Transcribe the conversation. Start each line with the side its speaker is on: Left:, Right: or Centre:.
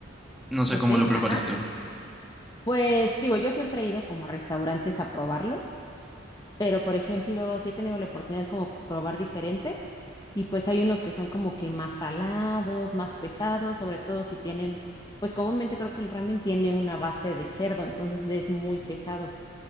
Centre: No sé
Left: Ok,
Centre: cómo lo preparas
Left: ajá.
Centre: tú.
Left: Pues digo, yo siempre he ido como a restaurantes a probarlo, pero por ejemplo, sí he tenido la oportunidad de como probar diferentes y pues hay unos que son como que más salados, más pesados, sobre todo si tienen, pues comúnmente creo que el ramen tiene una base de cerdo, entonces es muy pesado.